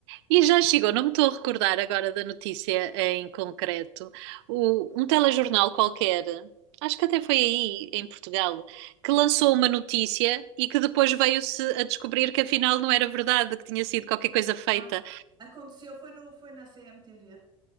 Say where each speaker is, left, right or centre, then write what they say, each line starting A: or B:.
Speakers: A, on the right (about 50°); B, on the right (about 25°).
A: E já chegou, não me estou a recordar agora da notícia em concreto, o- um telejornal qualquer, acho que até foi aí, em Portugal, que lançou uma notícia e que depois veio-se a descobrir que afinal não era verdade, que tinha sido qualquer coisa feita.
B: Ah, aconteceu, foi, no, foi na CMTV